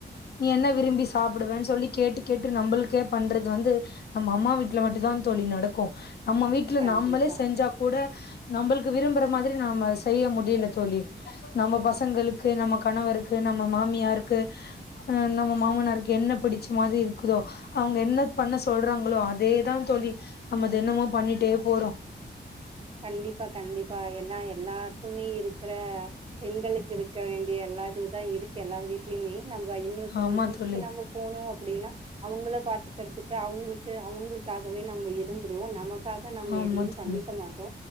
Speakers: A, on the left (about 60°); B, on the right (about 30°).
A: நீ என்ன விரும்பி சாப் சாப் டுவேன்னு சொல்லி கேட்டு கேட்டு நம்பளுக்கே பண்றது வந்து நம அம்மா வீட்ல மட்டுும் தான் தோழி நடக்கும் நம்ம வீட்ல
B: கண்டிப்பா.
A: நம்மளே செஞ்சா கூட நம்பளுக்கு விரும்புற மாதிரி நம செய்ய முடில தோழி நம்ம பசங்களுக்கு நமக் கணவருக்கு நம்ம மாமியாருக்கு ம் நம்ம மாமனாருக் என்ன பிடிச்ச மாரி இருக்குதோ அவங்க என்ன பண்ண சொல்றாங்களோ அதேதான் தோழி நம்ம தினமோ பண்ணிடே போறோ
B: கண்டிப்பா கண்டிப்பா ஏன்னா எல்லார்குமே இருக்கற பெண்களுக்கு இருக்க வேண்டிய எல்லாது தான் இருக்கு எல்லா வீட்லயுமே நம்ப இன்னொருத்தங்க
A: ஆமா
B: வீட்டுக்கு
A: தோழி
B: நம்ம போனோம் அப்படினா அவங்கள பாத் கிடச்சிட்டா அவங்களுக்கு அவங்களுக்காகவே நம்ம இருந்துருவோம் நமக் க்காக நம்ம
A: ஆமா
B: எதையும்
A: தோழி
B: பண்ணிக்க மாட்